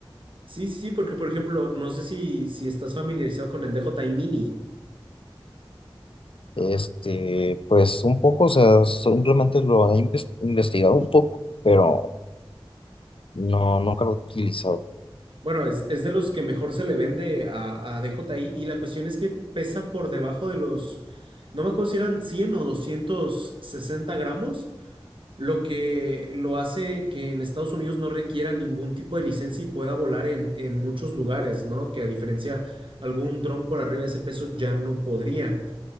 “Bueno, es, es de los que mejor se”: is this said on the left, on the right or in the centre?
Right